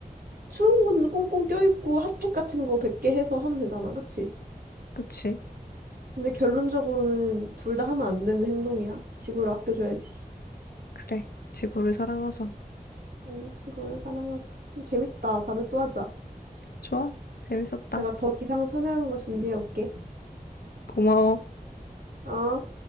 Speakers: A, on the right (about 75°); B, on the left (about 85°).
A: 추운 건 꽁꽁 껴입고 핫팩 같은 거 백 개 해서 하면 되잖아, 그치?
B: 그치?
A: 근데 결론적으로는 둘 다 하면 안 되는 행동이야. 지구를 아껴줘야지.
B: 그래. 지구를 사랑하자.
A: 응, 지구를 사랑하자. 재밌다. 다음에 또 하자.
B: 좋아? 재밌었다.
A: 내가 더 기상천외한 거 준비해 올게.
B: 고마워.
A: 어?